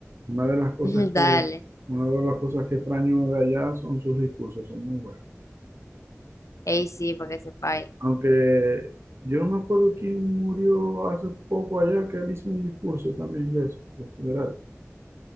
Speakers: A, on the right; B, on the left.
A: Una de las cosas
B: <laughs> dale.
A: que, una de las cosas que extraño de allá son sus discursos, son muy buenos.
B: Ey, sí, para que sepáis.
A: Aunque yo no me acuerdo quién murió hace poco allá, que él hizo un discurso también de eso, de funeral,